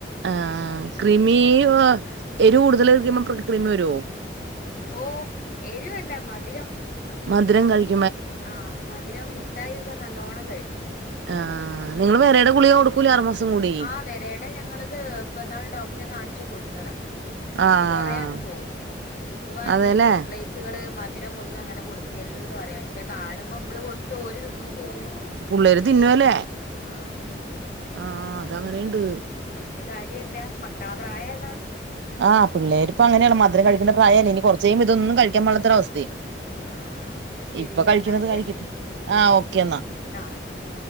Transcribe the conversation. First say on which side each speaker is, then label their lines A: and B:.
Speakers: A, on the right; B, on the left.
A: ആഹ് ക്രിമിയുവ എരിവ് കൂടുതൽ കഴിക്കുമ്പോ ക്രിമി വരുവോ
B: ഓഹ് എരുവല്ല മധുരം
A: മധുരം കഴിക്
B: ആഹ് മധുരം മുഠായി ഒക്കെ നല്ലോണം കഴിക്കും
A: ആഹ് നിങ്ങൾ വെരേടെ ഗുളിക കൊടുക് ക്കൂലേ ആറ് മാസം കൂടി
B: ആഹ് വെരേടെ ഞങ്ങളത് ഇപ്പന്നാള് ഡോക്ടറെ കാണിച്ചു കൊടുത്തതാ
A: ആഹ്
B: അപ്പൊ കൊറേ അങ്ങ് പോന്നു അപ്പൊ പറഞ്ഞു
A: അതെല്ലേ
B: ചോക്ലേറ്റ് റ്റ് കള് മധുരം ഒന്നും അങ്ങനെ കൊടുക്കരുത് ന്ന് പറയും പക്ഷെ കാണുമ്പോ നമ്മള് കൊടുത്ത് പോവും ഓര് തിന്നും ചെയ്യും
A: പുള്ളേര് തിന്നും അല്ലേ
B: ആഹ്
A: ആഹ് അത അങ്ങനെയുണ്ട്
B: പറഞ്ഞിട്ട് കാര്യല്ല മക്കളെ പ്രായം അതാണ്
A: ആഹ് പിള്ളേരി ഇപ്പ അങ്ങനെയാണ് മധുരം കഴിക്കണ്ട പ്രായല്ലേ ഇനി കുറച്ചേയ്യുമ്പം ഇതൊന്നും കഴിക്കാൻ പാട് ഇല്ലാത്ത അവസ്ഥയും
B: ആഹ് അപ്പൊ ശരില്ലേ
A: ഇപ്പൊ കഴിക്കണത്
B: എന്നാല്
A: കഴിക്കട്ടെ ആഹ് ഓക്കെ എന്നാ
B: ആഹ് ശരി